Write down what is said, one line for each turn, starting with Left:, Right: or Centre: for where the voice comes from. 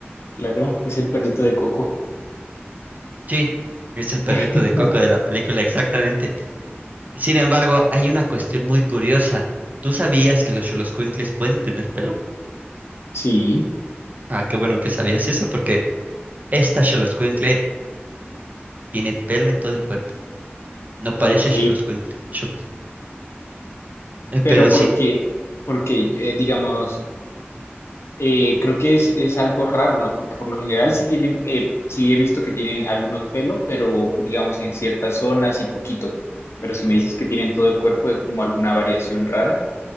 Left: Claro, es el perrito de Coco.
Right: Sí, es el perrito
Left: <laughs>
Right: de Coco de la película, exactamente. Sin embargo, hay una cuestión muy curiosa. ¿Tú sabías que los xoloscuincles pueden tener pelo?
Left: Sí,
Right: Ah, qué bueno que sabías eso, porque esta xoloscuincle tiene pelo en todo el cuerpo. No parece
Left: ok.
Right: xoloscuincle, xoloscuincle. Eh,
Left: Pero
Right: Pero
Left: porque,
Right: sí,
Left: porque eh, digamos, eh, creo que es, es algo raro, ¿no? Porque por lo general sí tienen, eh, sí he visto que tienen algunos pelos, pero digamos en ciertas zonas y poquito. Pero si me dices que tienen todo el cuerpo, es como alguna variación rara